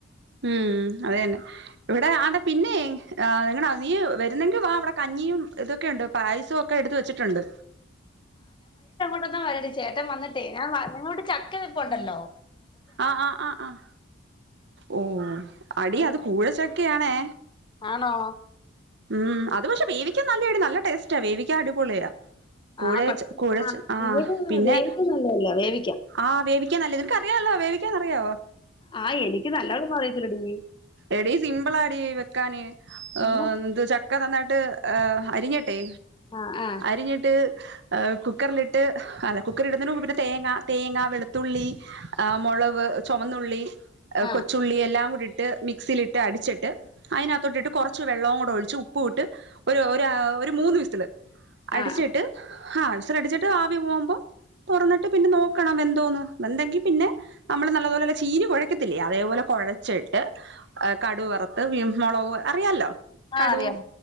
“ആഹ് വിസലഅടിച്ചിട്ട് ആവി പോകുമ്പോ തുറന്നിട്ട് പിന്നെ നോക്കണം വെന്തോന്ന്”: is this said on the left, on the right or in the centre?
Right